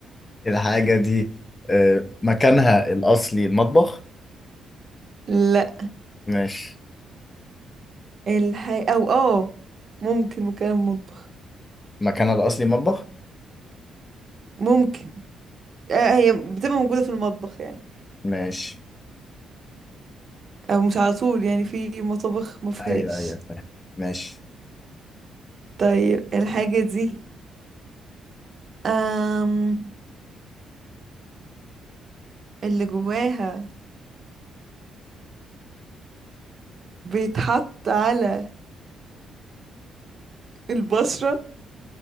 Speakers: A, on the left (about 25°); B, on the right (about 45°).
A: الحاجة دي آه، مكانها الأصلي المطبخ
B: لا
A: ماشي
B: الحاجة أو اه ممكن مكان المطبخ
A: مكانها الأصلي مطبخ
B: ممكن آه، هي بتبقى موجودة في المطبخ يعني
A: ماشي
B: أو مش على طول يعني في مطابخ ما فيهاش
A: أيوه أيوه فاهم ماشي
B: طيب الحاجة دي أم... اللي جواها بيتحط على البشرة